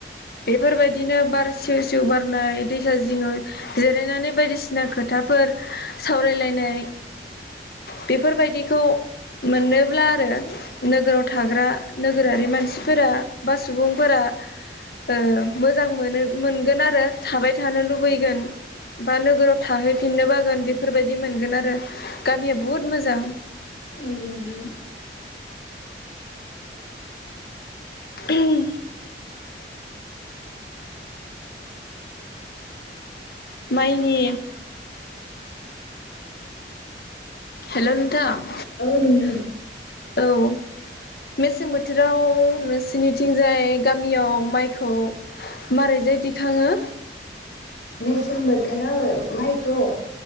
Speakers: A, on the left; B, on the left.
A: बेफोरबायदिनो बार सिउ सिउ बारनाय दैसा जिंङाव जिरायनानै बायदिसिना खोथाफोर सावरायलायनाय। बेफोरबायदिखौ मोनोब्ला आरो नोगोराव थाग्रा नोगोरारि मानसिफोरा बा सुबुंफोरा ओ मोजां मोनो मोनगोन आरो थाबाय थानो लुबैगोन। बा नोगोराव थाहैफिननो बागोन बेफोरबायदि मोनगोन आरो गामिया बहुद मोजां।
B: औ नोंथां।
A: ओहोम। माइनि हेल' नोंथां?
B: औ नोंथां।
A: औ। मेसें बोथोराव नोंसिनिथिंजाय गामियाव माइखौ मारैजाय दिखाङो?
B: मेसें बोथोराव माइखौ